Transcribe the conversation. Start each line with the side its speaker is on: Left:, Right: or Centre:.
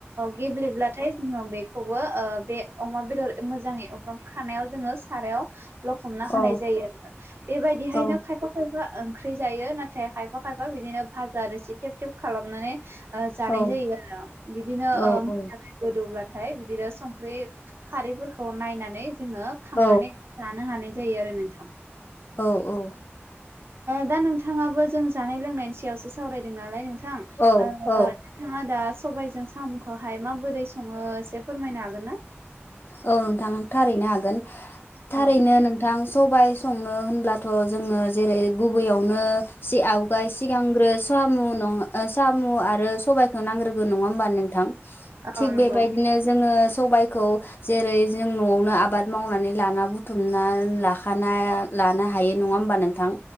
Right: गेब्लेब्लाथाय जोङो बेखौबो ओ बे अमा बेदर मोजाङै एवफ्राम खानायाव जोङो बे सारायाव लखबना
Left: औ
Right: होनाय जायो आरो बेबायदिहायनो
Left: औ
Right: खायफा खायफा ओंख्रि जायो नाथाय खायफा खायफा बिदिनो भाजा रोसि थेब थेब खालामनानै जानाय
Left: औ
Right: जायो आरो बिदिनो
Left: औ
Right: ओ
Left: औ
Right: गोदौब्ला नाथाय बिदिनो संख्रि खारैफोरखौ नायनानै जोङो खांनानै
Left: औ
Right: जानो हानाय जायो आरो नोंथां
Left: औ औ
Right: दा नोंथाङाबो जों जानाय लोंनायनि सायावसो सावरायदों नालाय नों थां
Left: औ
Right: नोंथाङा
Left: औ
Right: दा सबायाइजों साम'खौहाय माबोरै सङो एसे फोरमायनो हागोन ना?
Left: औ नोंथां थारैनो हागोन थारैनो
Right: औ
Left: नोंथां सबाय संनो होनब्लाथ' जोङो जेरै गुबैयावनो सि आवगाय सिगांग्रो सामुन साम' आरो सबायखौ नांग्रोगौ नङा होमबा नोंथां? थिग
Right: औ नंगौ
Left: बेबायदिनो जोङो सबायखौ जेरै जों न'आवनो आबाद मावनानै लाना बुथुमना लाखाना लानो हायो नङा होन होमबा नोंथां